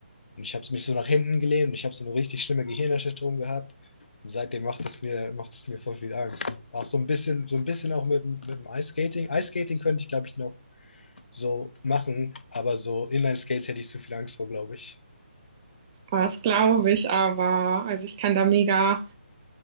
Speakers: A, on the left; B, on the right.
A: Und ich habe mich so nach hinten gelehnt und ich habe so eine richtig schlimme Gehirnerschütterung gehabt. Und seitdem macht es mir, macht es mir voll viel Angst. Auch so ein bisschen, so ein bisschen auch mit, dem- mit dem Ice Skating. Ice Skating könnte ich, glaube ich, noch so machen, aber so Inline Skates hätte ich zu viel Angst vor, glaube ich.
B: Das glaube ich aber. Also ich kann da mega,